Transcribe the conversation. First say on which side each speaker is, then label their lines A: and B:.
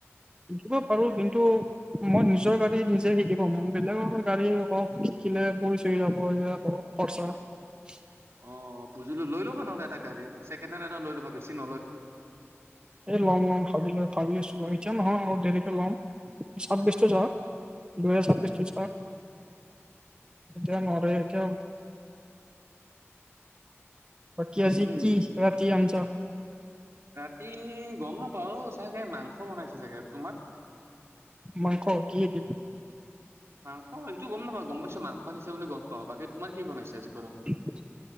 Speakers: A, on the right (about 20°); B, on the right (about 65°).
A: শিকিব পাৰো কিন্তু মই নিজৰ গাড়ী যে শিকিব মই বেলেগৰ গাড়ী হক শিকিলে পৰি চৰি যাব আকৌ খৰচা। <unintelligible>
B: অ বুজিলো লৈ লবা নহ'লে এটা গাড়ী ছেকেণ্ড হেণ্ড এটা লৈ ল'বা বেছি নলয়তো।
A: এ ল'ম ল'ম ভাবি লৈ ভাবি আছো এতিয়া নহয় অলপ দেৰিকে ল'ম। ছাব্বিছটো
B: অ'
A: জা দুহেজাৰ ছাব্বিছটো
B: ঠিকে
A: যাওক। এতিয়া নদৰে এতিয়া। বাকি আজি
B: উম।
A: কি ৰাতি আমচা
B: ৰাতি গম নাপাও চাগে মাংস বনাইছে চাগে। তোমাক
A: মাংস কিহেদি?
B: মাংস এইটো গম নাপাও, গম পাইছো মাংস আনিছে বুলি গম পাও বাকী তোমাৰ কি বনাইছে আজি ঘৰত?
A: <unintelligible>